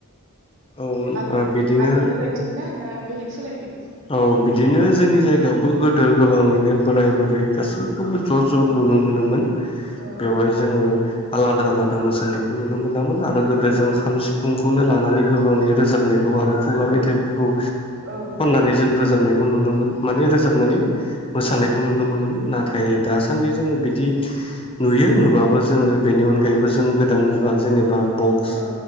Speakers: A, on the left; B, on the right.
A: औ
B: आगोल
A: बिदिनो
B: आगोलनि बायदि ना दा बेलेग सोलायबाय
A: औ बिदिनो जोंनि जायगायावबो गोदो गोबाङैनो बोराय बुरै गासैखौबो ज' ज'
B: औ
A: नुनो मोनोमोन
B: औ
A: बेवहाय जोङो आलादा आलादा मोसानायखौ नुनो मोनामोन आरो गोदो जों खाम, सिफुंखौनो लानानै गोबाङै रोजाबनायखौ आरो खुगा मेथाइफोरखौ
B: औ
A: माने जों रोजाबनायखौ नुनो मोन माने रोजाबनानै मोसानायखौ
B: औ
A: नुनो मोनोमोन ना थाय दासान्दि जोङो बिदि नुयो नुबाबो जोङो बेनि अनगायैबो जों गोदान मुगा जेनेबा बक्स
B: औ